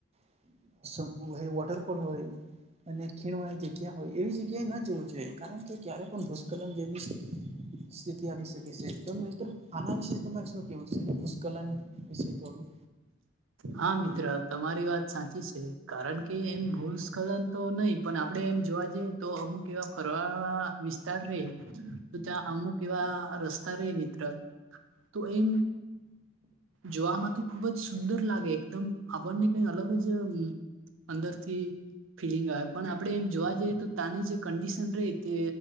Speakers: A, on the right (about 30°); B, on the right (about 85°).
A: <unintelligible> વોટરફોલ હોય અને <unintelligible> એવી જગ્યાએ ન જવું જોઈએ કારણ કે ક્યારે પણ ભૂસ્ખલન <unintelligible> સ્થિતિ આવી શકે છે તો <unintelligible> આના વિશે તમારે શું કેવું છે. ભૂસખલન વિશે થોડું
B: હા મિત્ર તમારી વાત સાચી છે કારણ કે એમ ભૂસ્ખલન તો નહી પણ આપડે એમ જોવા જઈએ તો અમુક એવા ફરવાવાળા વિસ્તાર રે. તો ત્યાં અમુક એવા રસ્તા રે મિત્ર તો એમ જોવામાં તો ખુબ જ સુંદર લાગે એકદમ આપણને કઈ અલગ જ અંદરથી ફિલિંગ આવે પણ આપડે એમ જોવા જઈએ તો ત્યાની જે કંડિશન રહી તે